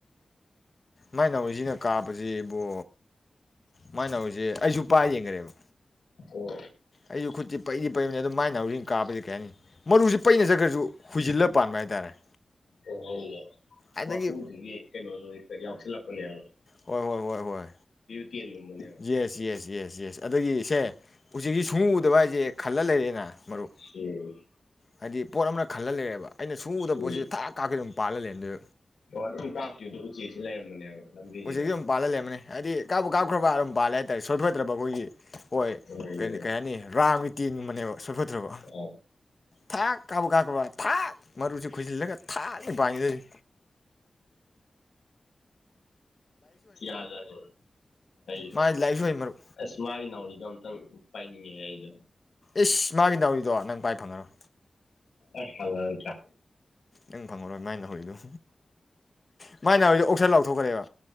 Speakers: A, on the left; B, on the left.
A: ꯃꯥꯏꯅꯧꯔꯤꯁꯤꯅ ꯀꯥꯞꯕꯁꯤ ꯏꯕꯣ, ꯃꯥꯏ ꯅꯥꯎꯔꯤꯁꯦ ꯑꯩꯁꯨ ꯄꯥꯏ ꯌꯦꯡꯈꯔꯦꯕ꯫
B: ꯑꯣ
A: ꯑꯩꯁꯨ ꯈꯨꯠꯇꯤ ꯄꯩꯗꯤ ꯄꯩꯕꯅꯤ ꯑꯗꯨꯝ ꯃꯥꯏ ꯅꯥꯎꯔꯤꯅ ꯀꯥꯕꯕꯁꯤ ꯀꯩ ꯍꯥꯏꯅꯤ ꯃꯔꯨꯁꯤ ꯄꯩ ꯆꯠꯈ꯭ꯔꯁꯨ ꯍꯨꯏꯖꯤꯜꯂ ꯄꯥꯟꯕ ꯍꯥꯏꯇꯥꯔꯦ꯫
B: ꯑꯣ ꯍꯣꯏꯅꯦ
A: ꯑꯗꯒꯤ
B: ꯃꯄꯨꯗꯨꯒꯤ ꯀꯩꯅꯣ ꯀꯌꯥm ꯁꯤꯜꯂꯛꯄ ꯌꯥꯢꯅꯦ꯫
A: ꯍꯣꯏ, ꯍꯣꯏ, ꯍꯣꯏ, ꯍꯣꯏ꯫
B: ꯇꯦꯟꯒꯨꯝꯕꯅꯦꯕ
A: ꯌꯦꯁ, ꯌꯦꯁ, ꯌꯦꯁ, ꯌꯦꯁ꯫ ꯑꯗꯒꯤ ꯁꯦ ꯎꯆꯦꯛꯁꯤ ꯁꯨꯡꯎ ꯎꯗꯕ ꯍꯥꯏꯁꯦ ꯈꯜꯂ ꯂꯩꯔꯦꯅ ꯃꯔꯨꯞ
B: ꯎꯝ꯫
A: ꯍꯥꯏꯗꯤ ꯄꯣꯠ ꯑꯃꯅ ꯈꯜꯍꯜ ꯂꯩꯔꯦꯕ꯫ ꯑꯩꯅ ꯁꯨꯡꯎ ꯎꯗꯕ
B: ꯎꯝ,
A: ꯄꯣꯠꯁꯤꯗ ꯊꯥꯛ ꯀꯥꯞꯈꯩ ꯑꯗꯨꯝ ꯄꯥꯜꯂ ꯂꯩꯔꯝꯗꯣꯏꯕ
B: ꯑꯗꯨꯝ ꯀꯥꯞꯈꯤꯕꯗ ꯎꯆꯦꯛꯁꯦ ꯂꯩꯔꯝꯕꯅꯦꯕ꯫ ꯂꯝꯕꯤꯁꯤꯗ
A: ꯍꯧꯖꯤꯛꯁꯨ ꯑꯗꯨꯝ ꯄꯥꯜꯍ ꯂꯩꯔꯝꯃꯅꯤ꯫ ꯍꯥꯏꯗꯤ ꯀꯥꯞꯄꯨ ꯀꯥꯞꯈ꯭ꯔꯕ ꯑꯗꯨꯝ ꯄꯥꯂꯦ ꯍꯥꯏꯇꯥꯔꯦ ꯁꯣꯏꯐꯗ꯭ꯔꯕ ꯑꯩꯈꯣꯏꯒꯤ ꯍꯣꯏ
B: ꯍꯣꯏꯅꯦ
A: ꯀ ꯀꯩ ꯍꯥꯏꯅꯤ ꯔꯥꯝꯒꯤ ꯇꯦꯟ ꯒꯨꯝꯕꯅꯦꯕ ꯁꯣꯏꯐꯠꯇ꯭ꯔꯕ
B: ꯑꯥ
A: ꯊꯥꯛ ꯀꯥꯞꯄꯨ ꯀꯥꯞꯈꯔꯕ ꯊꯥꯛ ꯃꯔꯨꯁꯤ ꯈꯣꯏꯁꯤꯜꯂꯒ ꯊꯥꯛꯅꯦ ꯄꯥꯟꯒꯤꯗꯣꯏꯁꯦ꯫
B: ꯊꯤꯌꯥꯗꯅꯤꯕ ꯍꯩꯕ
A: ꯃꯥꯗꯤ ꯂꯥꯏꯔꯤꯛꯁꯨ ꯍꯩ ꯃꯔꯨꯞ
B: ꯑꯁ ꯃꯥꯒꯤ ꯅꯥꯎꯔꯤꯗꯣ ꯑꯝꯇꯪ ꯄꯥꯏꯅꯤꯡ ꯉꯥꯛꯑꯦ ꯑꯩꯁꯨ
A: ꯏꯁ ꯃꯥꯒꯤ ꯅꯥꯎꯔꯤꯗꯣ ꯅꯪ ꯄꯥꯏ ꯐꯪꯉꯔꯣꯏ꯫
B: ꯑꯁ ꯐꯪꯍꯧꯗꯔꯦ꯫
A: ꯅꯪ ꯐꯪꯉꯔꯣꯏ ꯃꯥꯏ ꯅꯥꯎꯔꯤꯗꯣ ꯃꯥꯏ ꯅꯥꯎꯔꯤꯗꯣ ꯑꯣꯛꯁꯟ ꯂꯥꯎꯊꯣꯛꯈ꯭ꯔꯦꯕ